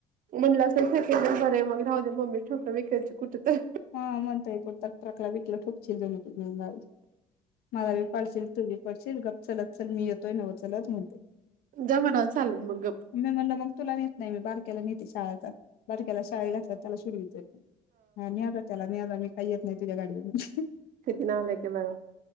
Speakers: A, on the right (about 55°); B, on the left (about 70°).
A: म्हटलं असेल सेकेंडहॅंड बरी आहे मग राहुदे मम्मी ठोका बिकायची कुठं तर.
B: हा म्हणतोय कुठंतर ट्रकला बिकला ठोकचील जणू तु घेऊन गाडीच. मला बी पाडशील तू बी पडशील गप चलत चल मी येतोय नव्हं चलत म्हणतोय.
A: जा म्हणावं चालत मग गप्प.
B: मी म्हणलं मग तुला नेत नाही मी, बारक्याला नेते शाळाचा बारक्याला शाळे घातला त्याला सोडवित जाईन. हा न्या जा त्याला न्या जा, मी काही येत नाही तुझ्या गाडीवरनं.
A: किती नालायक आहे बघा.